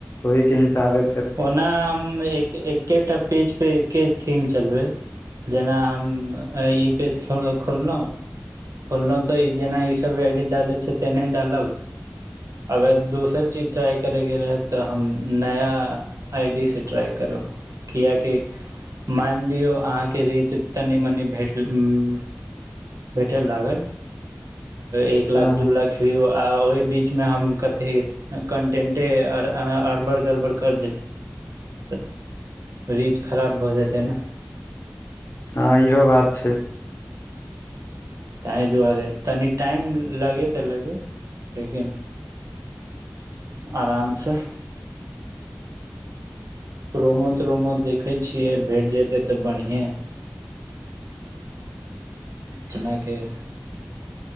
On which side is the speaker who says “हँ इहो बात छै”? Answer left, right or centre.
Left